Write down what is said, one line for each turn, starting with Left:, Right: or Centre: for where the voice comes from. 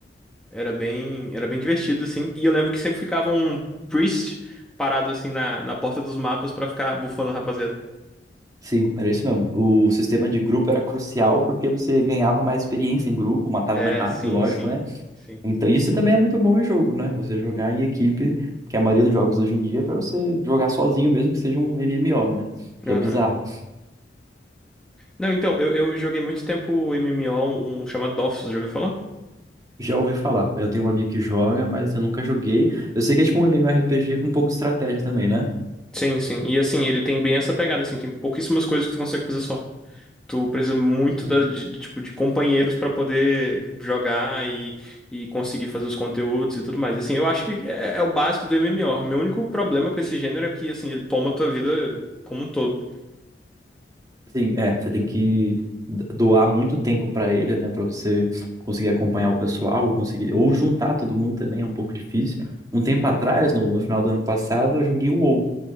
Centre: Era bem, era bem divertido, assim, e eu lembro que sempre ficava um priest parado, assim, na, na porta dos mapas pra ficar bufando a rapaziada.
Right: Sim, era isso mesmo. O sistema de grupo era crucial porque você ganhava mais experiência em grupo, matava
Centre: É,
Right: mais rápido,
Centre: sim,
Right: lógico,
Centre: sim,
Right: né?
Centre: sim.
Right: Então, isso também é muito bom em jogo, né? Você jogar em equipe, que a maioria dos jogos hoje em dia é pra você jogar sozinho, mesmo que seja um MMO, né? Que
Centre: Aham.
Right: é bizarro.
Centre: Não, então, eu, eu joguei muito tempo o MMO, um chamado Dofus, já ouviu falar?
Right: Já ouvi falar. Eu tenho um amigo que joga, mas eu nunca joguei. Eu sei que é tipo um MMORPG com um pouco de estratégia também, né?
Centre: Sim, sim. E assim, ele tem bem essa pegada, assim, tem pouquíssimas coisas que tu consegue fazer só. Tu precisa muito
Right: Entendi.
Centre: da, de, de, tipo, de companheiros pra poder jogar e, e conseguir fazer os conteúdos e tudo mais. Assim, eu acho que é, é o básico do MMO. Meu único problema com esse gênero é que, assim, ele toma a tua vida como um todo.
Right: Sim, é, você tem que d- doar muito tempo para ele, né, para você conseguir acompanhar o pessoal, ou conseguir ou juntar todo mundo também é um pouco difícil. Um tempo atrás, no, no final do ano passado, eu joguei o WoW,